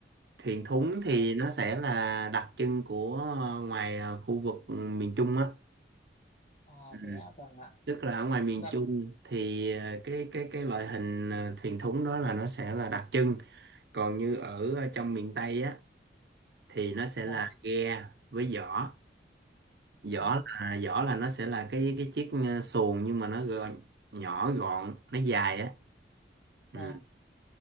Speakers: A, on the right; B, on the left.
A: thuyền thúng thì
B: Vâng,
A: nó sẽ là đặc trưng của ờ, ngoài ờ, khu vực miền Trung á
B: ờ,
A: ừ.
B: thế ạ, vâng ạ.
A: tức là ở ngoài miền
B: Vâng,
A: Trung thì ờ, cái cái cái loại hình ờ, thuyền thúng đó là nó sẽ là đặc trưng còn như ở ờ, trong miền Tây á thì nó sẽ
B: vâng,
A: là ghe với giỏ giỏ
B: vâng,
A: là giỏ là nó sẽ là cái cái chiếc ờ, xuồng nhưng mà nó gọn, nhỏ gọn nó dài á ừ.
B: vâng.